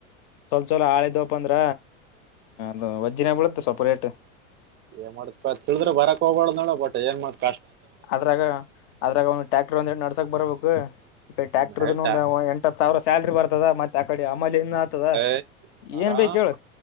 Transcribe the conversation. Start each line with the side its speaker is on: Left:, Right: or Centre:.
Left: ಸ್ವಲ್ಪ ಚಲೋ ಆಳಿದ ಪ್ಪಂದ್ರ ಅದು ವಜ್ಜಿನ ಬೀಳುತ್ತೆ ಸೊಪ ರೇಟ್
Right: ಏ ಮಾಡ್ತಪಾ ತಿಳಿದ್ರೆ ಬರಕ್ ಹೋಗಬಾರದ ನೋಡ್ ಬಟ್ ಏನ್ ಮಾಡ್ತ
Left: ಅದ್ರಾಗ ಅದ್ರಾಗ ಒಂದು ಟ್ಯಾಕ್ಟರ್ ಒಂದ್ ಎ ನಡ್ಸಕ್ ಬರಬೇಕು ಈ ಕಡೆ ಟ್ಯಾಕ್ಟರ್
Right: ಹ್ಮ್ ಆಯ್ತಾ
Left: ಒಂದ ಎಂಟ ಹತ್ತ ಸಾವಿರ ಸಾಲ್ರಿ ಬರ್ತದ ಮತ್ತೆ ಆಕಡೆ ಮಲ್ಲಿ ಅನ್ನು ಆಗ್ತದ
Right: ಏ ಆರಾಮ್
Left: ಏನ್ ಬೇಕ ಹೇಳು